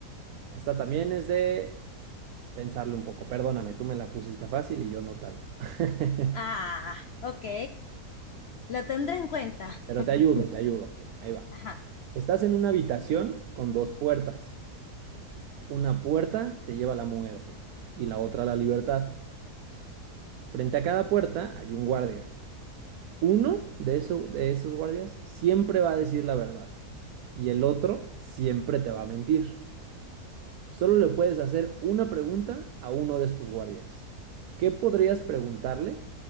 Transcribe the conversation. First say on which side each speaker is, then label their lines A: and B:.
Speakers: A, on the right; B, on the left.
A: Esta también es de pensarle un poco. Perdóname, tú me la pusiste fácil y yo no tanto. <laughs>
B: Ah, ok. La tendré en cuenta.
A: Pero
B: <laughs>
A: te ayudo, te ayudo. Mira, ahí va.
B: Ajá.
A: Estás en una habitación con dos puertas. Una puerta te lleva a la muerte y la otra a la libertad. Frente a cada puerta hay un guardia. Uno de, eso- de esos guardias siempre va a decir la verdad y el otro siempre te va a mentir. Solo le puedes hacer una pregunta a uno de estos guardias. ¿Qué podrías preguntarle